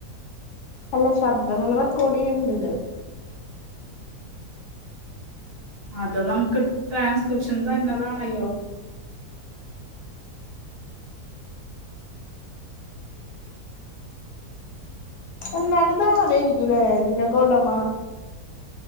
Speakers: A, on the left; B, on the right.
A: അല്ല ശബ്ദം ഇങ്ങനെ റെക്കോഡിയ്യ്ണ്ടല്ലോ
B: അത് നമ്ക്ക് ട്രാൻസ്ക്രിപ്ഷൻ തര്ന്നതാണല്ലോ
A: എന്നാലും ഇതാരായിരിക്കും ല്ലെ ഇതിന്റൊക്കെ ഒടമ